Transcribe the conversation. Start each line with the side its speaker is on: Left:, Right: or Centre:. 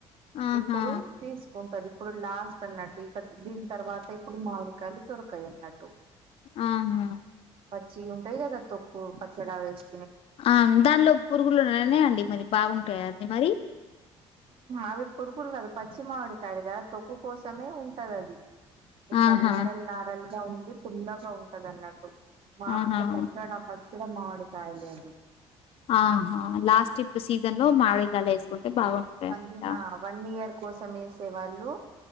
Left: ఆహా
Right: ఇప్పుడు తీసుకుంటారు ఇప్పుడు లాస్ట్ అన్నట్టు ఇక దీన్ తర్వాత ఇప్పుడు మామిడికయలు దొరకాయి అన్నట్టు
Left: ఆహా
Right: పచ్చి ఉంటాయి కదా తొక్కు పచ్చడా వేస్
Left: ఆ దానిలో పురుగులునే అండి మరి బాగుంటాయి అది మరి
Right: అవి పురుగులు కదు పశ్చిమామిడి కాయలు కదా తొక్కు కోసమే ఉంటది అది ఇట్లా
Left: ఆహా
Right: నారల్ నారల్గా ఉంది ఫుల్లగా ఉంటది అన్నట్ మామగా
Left: ఆహా
Right: పచ్చడా పచ్చడి మామిడి కాయలేదు
Left: ఆహా లాస్ట్ ఇప్పుడు సీజన్ లో మావిడిగాలు వేసుకుంటే బాగుంటాయి
Right: వన్ మంది
Left: అన్నమాట
Right: వన్ ఇయర్ కోసం యేసే వాళ్ళు